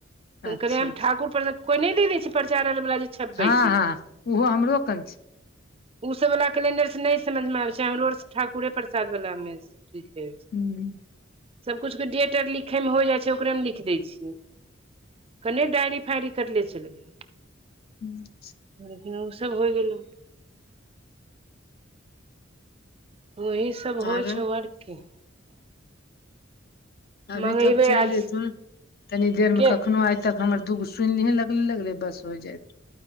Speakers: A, on the left; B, on the right.
A: अच्छा
B: कलियै हम
A: अच्छा
B: ठाकुर प्रसाद कोई नै दे दै छै प्रचार अर बला जे छपबै
A: हँ हँ
B: छै
A: हॅं उहो हमरो कन छ।
B: उ सब बला कलेंडर स नै समझ मे आबै छै हमरो अर ठाकुरे पर साद बला मे सब ठीक रहै छै।
A: हूॅं।
B: सब कुछ के डेट अर लिखै मे हो जाइ छै ओकरे म लिख दै छी। कन्ने डायरी फायरी करले चलबिही।
A: अच्छा।
B: लेकिन उ सब होइ गेलौ। त ओही सब होइ
A: आरो
B: छौ आर कि।
A: अभी
B: मंगेबै
A: तब चैल
B: आज
A: जैथुन तनी देर मे
B: के
A: कखनो आ तक हमर दू गो सुनि लिहें लगले- लगले बस होइ जायत